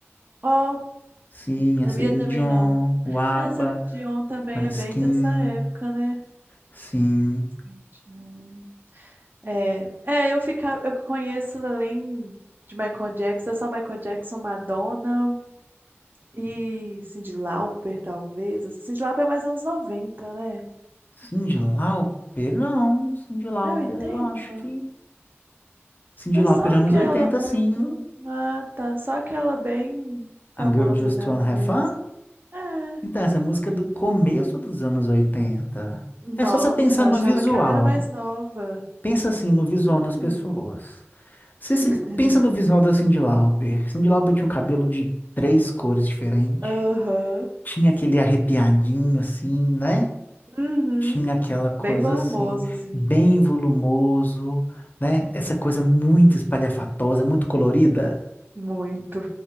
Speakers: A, on the right (about 45°); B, on the left (about 40°).
A: ó,
B: Sim,
A: sabia
B: a Celine
A: também
B: Dion,
A: não.
B: o ABBA,
A: Essa Celine Dion também
B: Maneskin,
A: é bem dessa época, né?
B: sim.
A: Celine Dion. É, é, eu fica, eu conheço além de Michael Jackson, é só Michael Jackson, Madonna e Cyndi Lauper, talvez. Assim, Cyndi Lauper é mais anos noventa, né?
B: Cyndi Lauper, não. Cyndi Lauper,
A: É oitenta.
B: eu acho que... Cyndi
A: Mas
B: Lauper,
A: só
B: anos
A: aquela
B: 80,
A: muito.
B: sim.
A: Ah, tá. Só aquela bem famosa
B: A Girl Just
A: dela
B: Wanna Have
A: mesmo.
B: Fun.
A: É.
B: Então, essa música é do começo dos anos 80.
A: Nossa,
B: É só você pensar no
A: achava
B: visual.
A: que ela era mais nova.
B: Pensa, assim, no visual
A: Hum.
B: das pessoas. Você se-
A: <laughs>
B: pensa no visual da Cyndi Lauper. Cyndi Lauper tinha um cabelo de três cores diferentes.
A: Aham.
B: Tinha aquele arrepiadinho assim, né?
A: Uhum.
B: Tinha aquela coisa
A: Bem volumoso,
B: assim,
A: assim.
B: bem volumoso, né? Essa coisa muito espalhafatosa, muito colorida.
A: Muito.